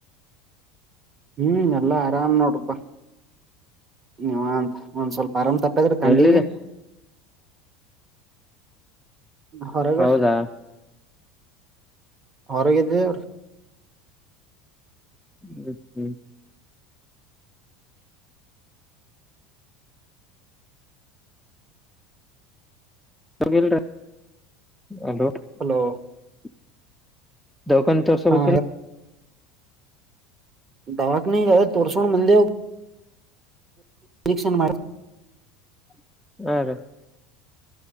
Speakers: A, on the right; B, in the centre.
A: ಹ್ಮ್ ಎಲ್ಲಾ ಆರಾಮ್ ನೋಡ್ರಪಾ ಹ್ಮ್ ಒಂದ್ ಸ್ವಲ್ಪ ಆರಾಮ ತಪ್ಪಾದ್ರೆಡಿಗೆ
B: ಎಲ್ಲಿರಿ
A: ಹೊರಗ
B: ಹೌದಾ
A: ಹೊರಗಿದ ಅವ್ರ
B: <unintelligible> <inaudible>
A: ಹಲೋ
B: ದಕನ್ ತರ್ಶಬೇಕೆನೋ
A: ಹಾ ದವಾಕ ನೀ ಜಾರೆ ತೋರ್ಷಣ ಬಂದೆ ಇಕ್ಷ ಮಾಡ
B: <unintelligible>